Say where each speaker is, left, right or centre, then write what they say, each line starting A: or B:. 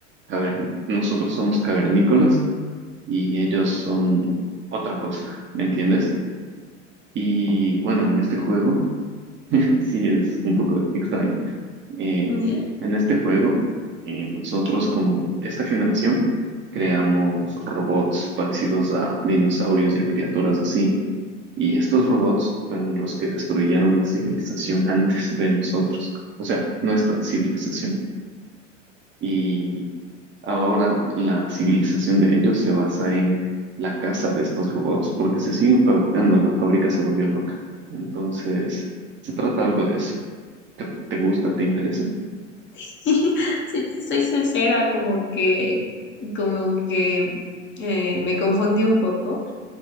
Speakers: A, on the right; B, on the left.
A: caver- nosotros somos cavernícolas y ellos son otra cosa, ¿me entiendes? Y bueno, en este juego <laughs> sí es un poco extraño. Eh,
B: Ya.
A: en este juego, eh, nosotros como esta generación creamos robots parecidos a dinosaurios y a criaturas así. Y estos robots fueron los que destruyeron la civilización antes de nosotros, o sea, nuestra civilización. y Ahora la civilización de ellos se basa en la caza de estos robots porque se siguen fabricando, la fábrica se volvió loca. Entonces, se trata algo de eso. ¿Te, te gusta? ¿Te interesa?
B: <laughs> Si te soy sincera, como que, como que eh, me confundí un poco.